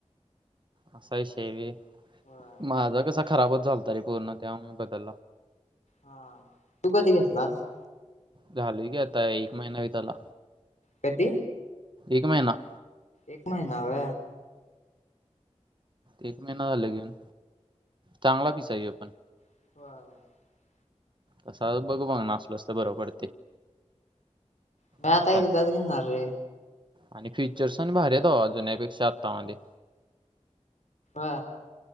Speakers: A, on the right; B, on the left.
A: असा शेवी
B: होय
A: माझा कस खराबच झाचाल त रे कोरोना त्यामुळे बदलला
B: हा तू कधी घेतलास
A: झाले की आता एक महिना भ त्याला
B: कती
A: एक महिना
B: एक महिना ह
A: एक महिना झाला घेऊन चांगला पिसाई आपण
B: हा
A: तसं बघ बघ ना असल असत बरो पडते
B: म
A: आत्ता
B: आता एकदाच घेणार रे
A: आणि फीचर्स आणि भारीेत जुन्यापेक्षा आतामध्ये
B: हा